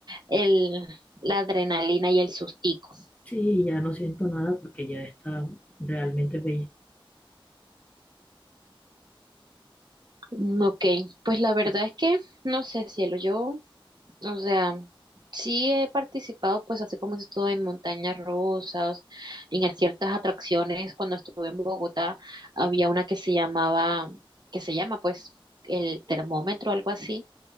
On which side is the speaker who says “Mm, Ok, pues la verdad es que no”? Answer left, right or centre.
Right